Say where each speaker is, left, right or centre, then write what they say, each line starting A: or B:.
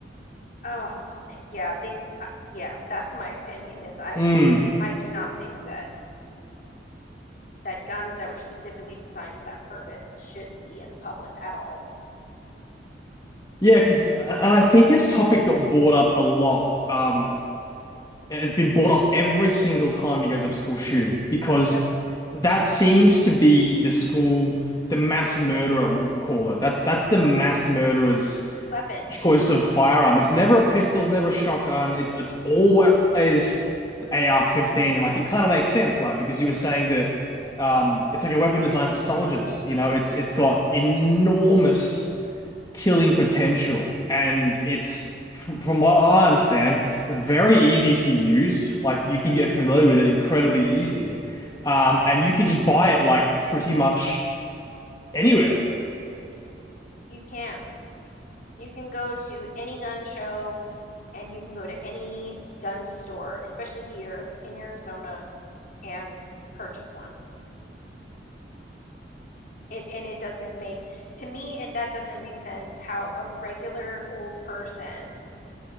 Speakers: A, on the left; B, on the left.
A: Oh, yeah, they. Uh, yeah, that's my opinion. Is I
B: mm.
A: I do not think that that guns that were specifically designed for that purpose should be in the public at all.
B: Yeah, because and I think this topic got brought up a lot. Um, and it's been brought up every single time you guys have a school shooting because
A: Yep.
B: that seems to be the school, the mass murderer, we'll we'll call it. That's that's the mass murderer's
A: Weapon.
B: choice of firearm. It's never a pistol, it's never a shotgun. It's it's always the AR-15. Like it kind of makes sense, right? Because you were saying that um, it's like a weapon designed for soldiers. You know, it's it's got enormous killing potential, and it's from, from what I understand, very easy to use. Like you can get familiar with it incredibly easy, um, and you can just buy it like pretty much anywhere.
A: You can. You can go to any gun show and you can go to any gun store, especially here in Arizona, and purchase one. It and it doesn't make to me it that doesn't make sense how a regular old person